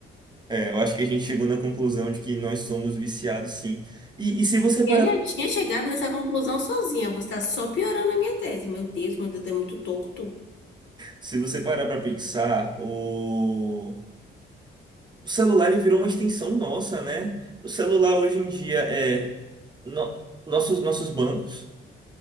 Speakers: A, on the right; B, on the left.
A: É, eu acho que a gente chegou na conclusão de que nós somos viciados, sim. E, e se você parar,
B: Eu já tinha chegado nessa conclusão sozinha. Você está só piorando a minha tese. Meu Deus, meu dedo é muito torto.
A: se você parar para pensar, o O celular ele virou uma extensão nossa, né? O celular hoje em dia é no- nossos nossos bancos.